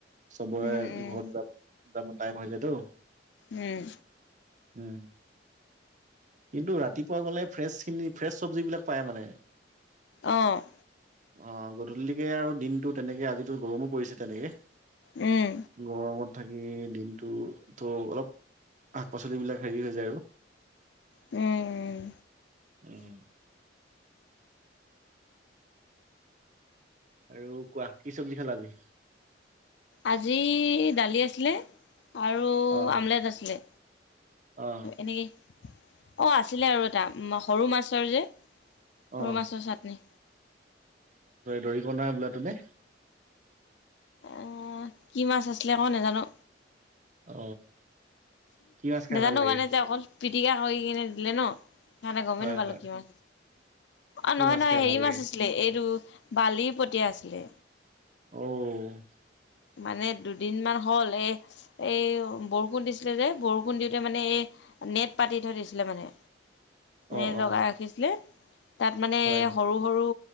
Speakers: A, on the right (about 40°); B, on the left (about 70°).
A: চবৰে
B: উম
A: ঘৰত য যাব টাইম হৈ যায়তো
B: উম উম
A: উম, কিন্তু ৰাতিপুৱা গ'লে ফ্ৰেছ খিনি ফ্ৰেচ চবজিবিলাক পায় মানে
B: অ',
A: অ', গধূলিকে আৰু দিনতটো তেনেকে আজিটো গৰমো পৰিছে তেনেকে
B: উম
A: গৰমত থাকি দিনটো তো অলপ শাক পাচলিবলাক হেৰি হৈ যায় আৰু
B: উম, উম
A: উম, আৰু কোৱা কি চবজি খালা আজি
B: আজি দালি আছিলে আৰু
A: অ
B: আমলেট আছিলে
A: অ
B: এনেকেই অ', আছিলে আৰু এটা সৰু মাছৰ যে
A: অ
B: সৰু মাছৰ চাটনি
A: দৰিক নাই বোলে তো নে
B: আহ কি মাছ আছিলে ক নাজানো
A: অ কি মাছ খাই
B: নাজানো
A: ভাল লাগে
B: মানে যে অকল পিটিকা কৰি দিলে ন সেইকাৰে গমেই
A: হয়
B: ন পালো
A: হয়
B: কি মা অ',
A: কি
B: হয়
A: মাছ
B: নহয়
A: খাই
B: হেৰি
A: ভাল লাগে
B: মাছ আছিলে এইটো বালি পতিয়া আছিলে
A: অ',
B: মানে দুদিনমানান হ'ল এ এ বৰষুণ দিছিলে যে বৰষুণ দিওঁতে মানে এই নেট পাতি থৈ দিছিলে মানে
A: অ
B: নেট
A: অ
B: লগাই ৰাখিছিলে তাত মানে
A: হয়
B: সৰু সৰু